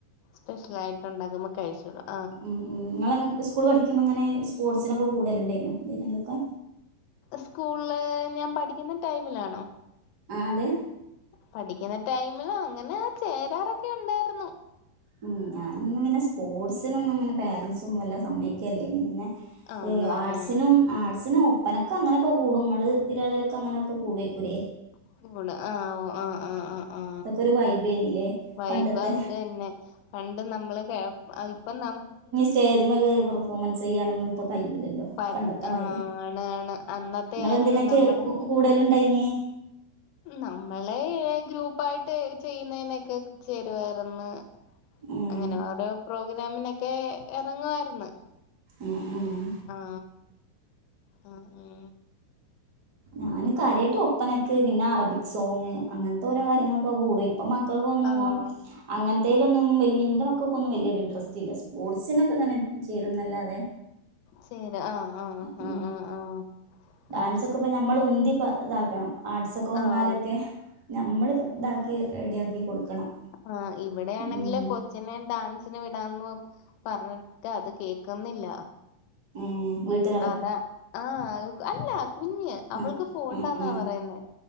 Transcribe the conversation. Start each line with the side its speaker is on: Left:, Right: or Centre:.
Left: സ്പെഷ്യൽ ആയിട്ട്ണ്ടാക്കുമ്പോ കഴിച്ചുടാം
Right: ഉം നിങ്ങള് സ്കൂൾ പഠിക്കുമ്പോ ഇങ്ങനെ സ്പോർട്സിനൊക്കെ കുടലെണ്ടായിന്നോ എന്തിനാല്ലെയൊക്കെ
Left: സ്കൂളില് ഞാൻ പഠിക്കുന്ന ടൈമിലാണോ
Right: ആ അതെ
Left: പഠിക്കുന്ന ടൈമിൽ അങ്ങനെ ആ ചേരാറൊക്കെ ഉണ്ടായിരുന്നു
Right: ഉ ഞാനൊന്നും പിന്നെ സ്പോർട്സിനൊന്നും ഇങ്ങനെ പേരൻറ്സൊന്നും വല്ലാം സമ്മയ്ക്കല്ലേ ഇനി പിന്നെ
Left: ആണോ
Right: ആർട്സിനും
Left: ആഹ്
Right: ആർട്സിനും പപ്പനൊക്കെ അങ്ങനൊക്കെ കൂടങ്ങള് തിരാതിരൊക്കെ അങ്ങനൊക്കെ കൂടക്കൂരേ
Left: <unintelligible> ആ ആ ആ ആ ആ
Right: ഇതൊക്കെ ഒരു വൈബേനില്ലേ
Left: വൈബ്
Right: പണ്ടത്തെ
Left: അത് തന്നെ പണ്ട് നമ്മള് കേ ഇപ്പ ന
Right: സ്റ്റേജ് കറി പെഫോമൻസ് ചെയ്യാനെന്നും കയുല്ലല്ലോ
Left: പ
Right: പണ്ടത്തെമാരി
Left: ആണ് ആണ് അന്നത്തെ
Right: നിങ്ങെന്തിനൊക്കെ
Left: ആയിരുന്നു നമ്മടെ
Right: കുടളേണ്ടായിന്നെ ഏ
Left: നമ്മളെ ഗ്രൂപ്പായിട്ട് ചെയ്യുന്നതിനൊക്കെ ചേരുവരുന്നു
Right: ഉം
Left: അങ്ങനെ ഓരോ പ്രോഗ്രാമിന ക്കെ ഇറങ്ങുവായിരുന്നു
Right: ഉം ഉം
Left: ആ ആ ആ
Right: ഞാനൻ കാര്യമായിട്ട് ഒപ്പനക്ക് പിന്നെ അറബിക് സോങ് അങ്ങനത്തെ ഓരോ കാര്യങ്ങൾക്കൊക്ക കൂട ഇപ്പ മക്കൾക്ക് ഒന്നും
Left: ആഹ്
Right: അങ്ങനത്തേലൊന്നും വല്യ എന്റെ മ ക്ക ഒന്നും വലിയൊരു ഇൻട്രസ്റ്റ് ഇല്ല സ്പോർട്സിനൊക്കെ തന്നെ ചേരുന്നല്ല അതെ
Left: ശരി ആഹ് ആഹ്
Right: ഉ
Left: ആഹ് ആഹ് ആഹ്
Right: ഡാൻസൊക്കെ
Left: ആഹ്
Right: ഇപ്പ ഞമ്മൾ ഉന്തി ഇതാക്കണം ആർട്സ്ക്കെ വന്നാലൊക്കെ
Left: ആഹ്
Right: ഞമ്മള് ഇതാക്കി റെഡിയ ആക്കി കൊടുക്കണം
Left: ആ ഇവിടെയാണെങ്കില്
Right: ഉം
Left: കൊച്ചിനെ ഡാൻസിന് വി ടാന്ന് പറഞ്ഞിട്ട് അത് കേക്കുന്നില്ല
Right: ഉം വീട്ടുകാരോ
Left: അതാ ആഹ് ആ അല്ല കുഞ്ഞ് അവൾക്ക്
Right: ആ
Left: പോകണ്ടാന്നാ
Right: ആ ആ
Left: പറയുന്നേ